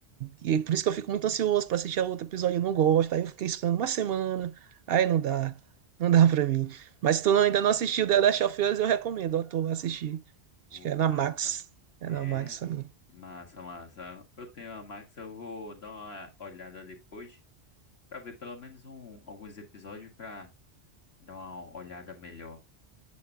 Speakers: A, on the right; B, on the left.
A: E, e por isso que eu fico muito ansioso pra assistir a outro episódio. Eu não gosto. Aí eu fiquei esperando uma semana. Aí não dá. Não dá pra mim. Mas se tu não- ainda não assistiu The Last of Us, eu recomendo. Ó, tu vai assistir.
B: Pô,
A: Acho que é na
B: massa.
A: Max. É
B: É,
A: na Max também.
B: massa, massa. Eu tenho a Max, eu vou dar uma olhada depois. Pra ver pelo menos um, alguns episódios pra dar uma olhada melhor.